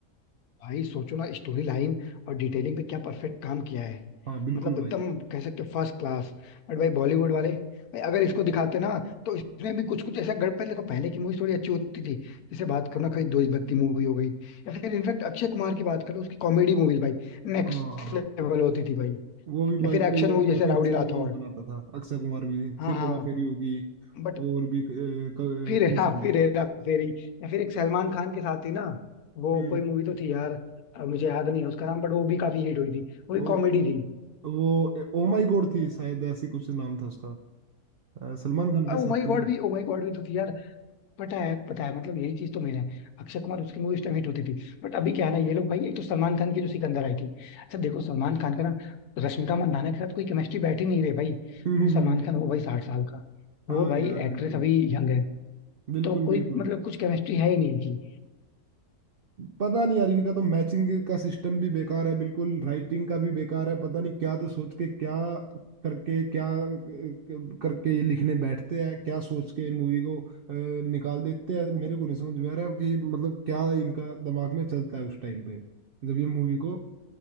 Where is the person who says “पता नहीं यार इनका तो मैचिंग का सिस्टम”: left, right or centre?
Right